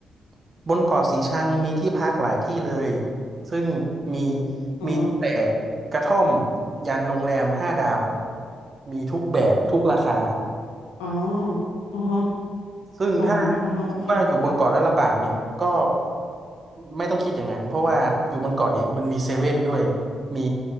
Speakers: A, on the right; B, on the left.
A: ๆบนเกาะสีชังมีที่พักหลายที่เลยซึ่งมี
B: อ๋อ
A: มีตั้งแต่กระท่อมยันโรงแรมห้าดาวมีทุกแบบทุกราคา
B: อ๋ออ๋อฮะ
A: ซึ่งถ้า
B: อ๋ออ๋อฮะโอเค
A: คิดว่าอยู่บนเกาะแล้วลำบากเนี่ยก็ไม่ต้องคิดอย่างนั้นเพราะว่าอยู่บนเกาะเนี่ยมันมีเซเว่นด้วยมี